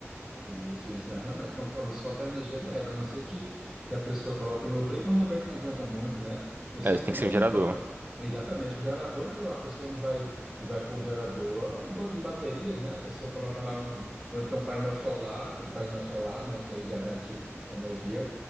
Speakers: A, in the centre; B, on the right.
A: Isso, isso, né? Realmente, como tu falou, se faltar energia já era, a não ser que, que a pessoa coloque no break, mas no break não aguenta muito, né? O certo
B: É, tem que
A: mesmo
B: ser um gerador.
A: é, um ba- é exatamente um gerador, mas a pessoa não vai, não vai pôr um gerador, é um banco de baterias, né? A pessoa coloca lá um, ou então um painel solar, um painel solar, né? Que aí garante energia.